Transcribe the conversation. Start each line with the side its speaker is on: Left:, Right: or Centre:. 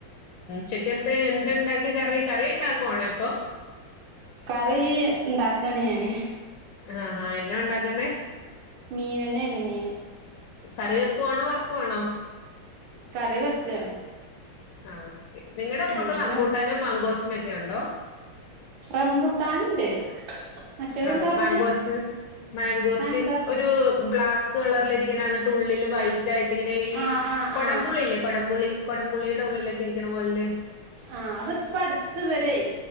Left: ചക്കനത്തെ എന്ത് ഇണ്ടാക്കി കറി കറി ഉണ്ടാക്കുവാണ ഇപ്പം?
Right: കറീ ഉണ്ടാക്കാണ് ഞാന്.
Left: ആഹ ആഹ എന്നെ ഉണ്ടാക്കുന്നെ?
Right: മീനന്നെ എണ് മീന്.
Left: കറി വെക്കുവാണോ വറക്കുവാണോ?
Right: കറി വെക്കാണ്.
Left: ആ. നിങ്ങളടെ അങ്ങോട്ട്
Right: ഉം പിന്നെ
Left: റബൂട്ടാനും മാങ്കോസിനൊക്കെ ഉണ്ടോ?
Right: റംബുട്ടാനുണ്ട് മറ്റേതെന്താ
Left: റബുട്ടാൻ
Right: പറഞ്ഞേ
Left: <unintelligible> മാങ്കോസ്റ്റ്റ്
Right: ആ എന്താ
Left: ഒരു ബ്ലാക്ക് കളറിലിരിക്കണ എന്നിട്ട് ഉള്ളില് വൈ <unintelligible> ട്ട ഇങ്ങനെ ഈ
Right: ആഹ് ആഹ്
Left: കൊടംപുളില്ലേ
Right: ആഹ്
Left: കൊടംപുളി കൊടംപുളിയുടെ ഉള്ളിലൊക്കെ. ഇരിക്കണ പോലന്നെ.
Right: ആഹ അതിപ്പ അടുത് വരെ